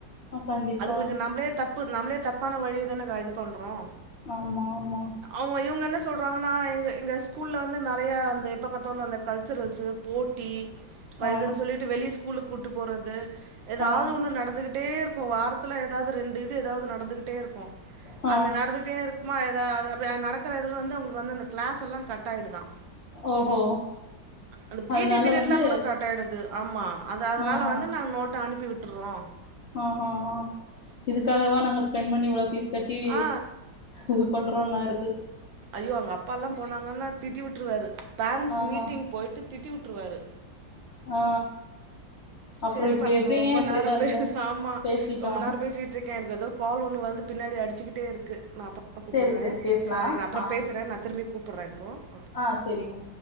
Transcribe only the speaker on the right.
அதுங்ளுக்கு நம்ளே தப்பு நம்ளே தப்பான வழிய தான கய்ட் இது பண்றோ
அவங்க இவங்க என்ன சொல்றாங்கனா எங்க எங்க ஸ்கூல்ல வந்து ந நெறையா அந்த எப்ப பாத்தாலு அந்த கல்ச்சுரல்ஸு போட்டி ப
இதுன் சொல்லி ட்டு வெளிய ஸ்கூலு கூட்டு போறது ஏதாது
ஒண்ணு நடந்துகிட்டே இருக்கு வாரத்துல ஏதாது ரெண் இது ஏதாது நடந்துகிட்டே இருக்கு
அந்த நடந்துட்டே இருக் மா ஏதாது நடக்குற அதுல வந்து அவுங்ளுக்கு வந்து அந்த க்ளாஸ் எல்லா கட் ட ஆய்டுதா
அந்த பீ
டி பீரியட்லா
கூட கட் கட் ஆய்டுது ஆமா அந்த அதனால
வந்து நாங்க நோட்ட அனுப்பி விட்டுற்றோ
ஆ
ஐயோ அவங்க அப்பால்லா போனாங்கன்னா திட்டி வுட்ருவாரு பேரண்ஸ்
மீட்டிங் போய்ட்டு திட்டி வுட்ருவாரு
செரிப்பா
நா ரொம்ப
நேரோ பே
ஆமா
ரொம்ப நேரோ பேசிட்ருக்கே எனக் எதோ கால் ஒண்ணு வந்து பின்னாடி அடிச்சுகிட்டே இருக்கு நாப அப்ப கூப்புட்றே
சாரி நா அப்பறோ
பேசுறே நா திரும்பி கூப்புட்றே இப்போ